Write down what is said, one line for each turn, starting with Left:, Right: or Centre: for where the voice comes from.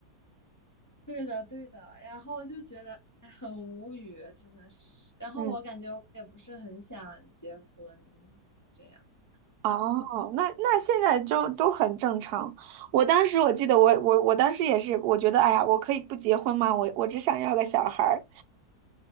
Left: 对的，对的，然后就觉得哎很无语，真的是。然后我感觉我也不是很想结婚，
Right: 嗯，
Left: 这样。
Right: 哦，那那现在就都很正常。我当时我记得我我我当时也是，我觉得哎呀，我可以不结婚吗？我我只想要个小孩儿。